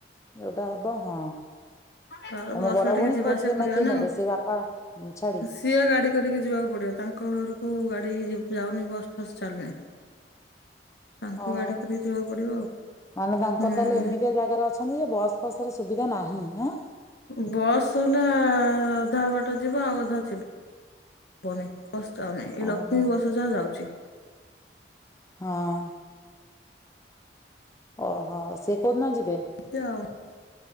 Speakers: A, on the left (about 15°); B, on the left (about 65°).
A: ଯୋଉଟା ହବ ହଁ।
B: ତାର
A: ତମ
B: ବସରେ
A: ବଡ ଭଉଣୀ
B: ଟିକେ ଯିବା
A: କୋଉଥିରେ
B: ଆସିବା କରିବା
A: କିଏ
B: ନା
A: ନେବେ
B: ଆଉ।
A: ସେ ବାପା ଉଁ, ଛାଡି
B: କିଏ ଗାଡି କରିକି ଯିବାକୁ ପଡିବ ତାଙ୍କ ଘରକୁ ଗାଡି ଯାଉନି ବସ୍ ଫସ୍ ଚାଲୁନି। ତାଙ୍କୁ
A: ଅହ
B: ଗାଡି କରିକି ଯିବାକୁ ପଡିବ ଆଉ
A: ମାନେ ତାଙ୍କର
B: ହୁଁ।
A: ତାହେଲେ ଏମିତିଆ ଜାଗାରେ ଅ ଅଛନ୍ତି ଯେ ବସ୍ ଫସର ସୁବିଧା ନାହିଁ ଆଁ?
B: ବସ୍ ହେଲା ଅଧା ବାଟ ଯିବ ଆଉ ଅଧା ଝିପ ବନାଇଁ ବସ୍ ଯାଉନି ଏଇ
A: ଓହୋ
B: ଲକ୍ଷ୍ମୀ ବସ ଯାହା ଯାଉଛି।
A: ହଁ। ଓହୋ ସିଏ କୋଉଦିନ ଯିବେ?
B: ଯିବେ ଆଉ